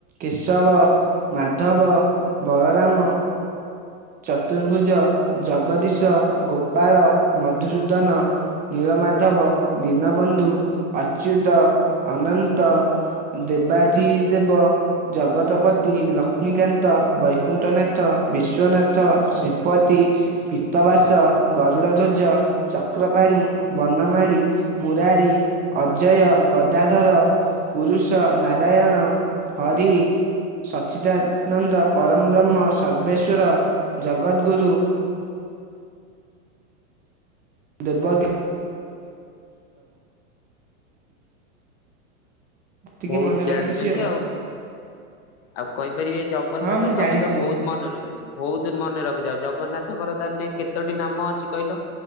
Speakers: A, on the right (about 20°); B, on the left (about 40°).
A: କେଶବ ମାଧବ ବଳରା ହମ ଚତୁର୍ଭୁଜ ଜଗଦୀଶ ଗୋପାଳ ମଧୁସୂଦନ ନୀଳମାଧବ, ଦୀନବନ୍ଧୁ, ଅ ଦେବାଜି ଦେବ, ଜଗତ ପତି, ଲଷ୍ମୀ କାନ୍ତ, ବୈକୁଣ୍ଠନାଥ, ବିଶ୍ୱ ନା ଥ ଶ୍ରୀପତି, ପୀତବାସ, ଗରୁଡ଼ା ଧ୍ୱଜ, ଚକ୍ର ପାଣି, ବନ ନମାଳି, ମୁରାରୀ, ଅଜୟ, ଗଦାଧର, ପୁରୁଷ, ନାରାୟଣ। ହରି, ସଚିଦାନନ୍ଦ, ପରମ ବ୍ରହ୍ମ, ସର୍ବେଶ୍ୱର, । ଜଗଦ୍ ଗୁରୁ ଦେବ ଏତିକି
B: ବହୁତ
A: ମନେ
B: ଜାଣିଛନ୍ତି
A: ରଖିଛି ଆଉ
B: ଆଉ କହିପାରିବେ ଜଗନ୍ନାଥ
A: ହଁ ମୁଁ
B: ତମେ
A: ଜାଣିଛି
B: ତ ବହୁତ ମନେ ର ବହୁତ ମନେ ରଖିଥାଅ ଜଗନ୍ନାଥଙ୍କର ତାନେ କେତୋଟି ନାମ ଅଛି କହିଲ?